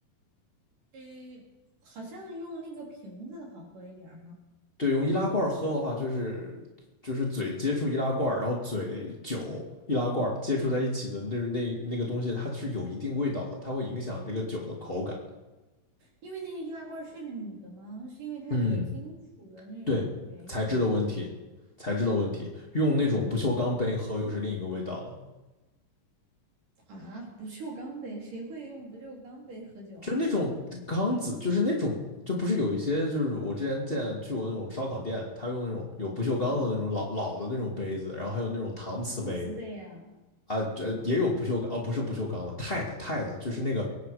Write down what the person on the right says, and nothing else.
诶，好像用那个瓶子的好喝一点儿哈，
因为那个易拉罐是铝的吗？是因为它这个金属的那种原因啊？
哦，啊，不锈钢杯，谁会用不锈钢杯喝酒啊？
啊，
用搪瓷杯呀、